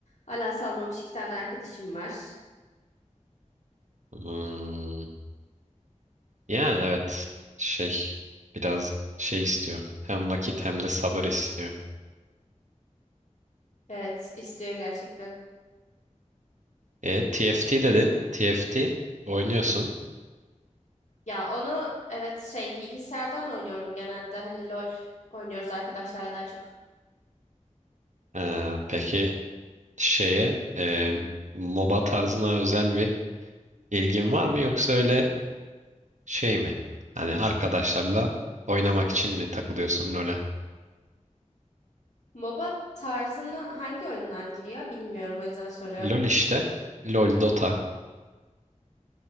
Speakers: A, on the left (about 65°); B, on the right (about 70°).
A: Hala salmamış iki tane arkadaşım var.
B: Hmm, yani evet şey biraz şey istiyor. Hem vakit hem de sabır istiyor.
A: Evet, istiyor gerçekten.
B: E, T F T dedin. T F T oynuyorsun.
A: Ya onu evet şey bilgisayardan oynuyorum genelde. Hani LOL oynuyoruz arkadaşlarla daha çok.
B: Ee, peki şeye e, MOBA tarzına özel bir ilgin var mı yoksa öyle Şey mi? Hani arkadaşlarla oynamak için mi takılıyorsun LoL'e?
A: MOBA tarzına hangi oyunlar giriyor bilmiyorum o yüzden soruyorum.
B: LoL işte. LoL, Dota